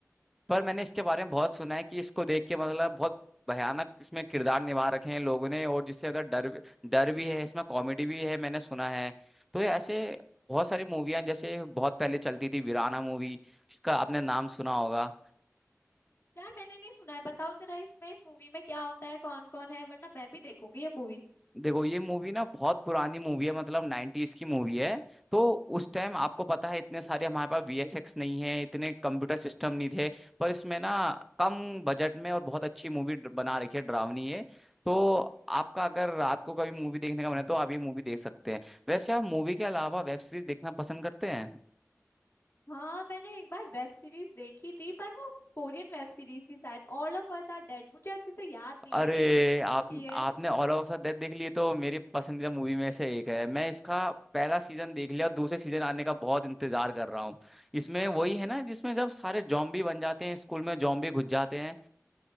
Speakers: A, in the centre; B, on the left.
A: पर मैंने इसके बारे में बहुत सुना है कि इसको देख के मतलब बहुत भयानक इसमें किरदार निभा रखे हैं लोगों ने और जिससे अगर डर भी- डर भी है इसमें कॉमेडी भी है मैंने सुना है तो ये ऐसे बहुत सारी मूवियां जैसे बहुत पहले चलती थी वीराना मूवी जिसका आपने नाम सुना होगा
B: यार मैंने नहीं सुना है बताओ जरा इसमें इस मूवी में क्या होता है कौन कौन है वरना मैं भी देखूंगी ये मूवी
A: देखो ये मूवी ना बहुत पुरानी मूवी है मतलब 90s की मूवी है तो उस टाइम आपको पता है इतने सारे हमारे पास वीएफएक्स नहीं है इतने कंप्यूटर सिस्टम नहीं थे पर इसमें ना कम बजट में और बहुत अच्छी मूवी बना रखी है डरावनी है तो आपका अगर रात को कभी मूवी देखने का मन है तो आप ये मूवी देख सकते हैं वैसे आप मूवी के अलावा वेब सीरीज देखना पसंद करते हैं
B: हाँ मैंने एक बार वेब सीरीज देखी थी पर वो कोरियन वेब सीरीज थी शायद all of us are dead मुझे अच्छे से याद नहीं
A: अरे
B: है ये किसकी
A: आप
B: है
A: आपने ऑल ऑफ अस डेथ देख ली तो मेरी पसंदीदा मूवी में से एक है मैं इसका पहला सीजन देख लिया और दूसरे सीजन आने का बहुत इंतजार कर रहा हूँ इसमें वही है ना जिसमें जब सारे जॉम्बी बन जाते हैं स्कूल में जॉम्बी घुस जाते हैं